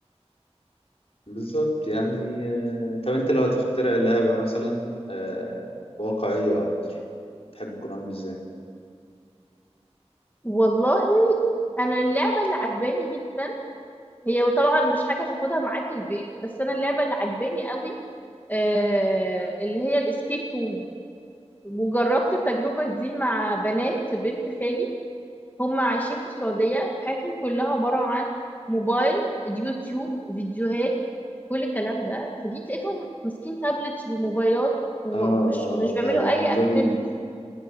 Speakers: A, on the left; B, on the left.
A: بالظبط يعني آه، طب انت لو هتخترع لعبة مثلا آه، واقعية أكتر تحب تكون عاملة ازاي؟
B: والله انا اللعبه اللي عجباني جدا هي طبعا مش حاجه تاخدها معاك البيت بس انا اللعبه اللي عجباني قوي آه، اللي هي الاسكيب روم وجربت التجربة دي مع بنات بنت خالي هم عايشين في السعودية حياتهم كلها عبارة عن موبايل يوتيوب فيديوهات كل الكلام ده فجيت لقيتهم ماسكين تابلتس وموبايلات ومش
A: اه اه
B: مش بيعملوا
A: ده يعني
B: اي اكتيفيتي
A: دول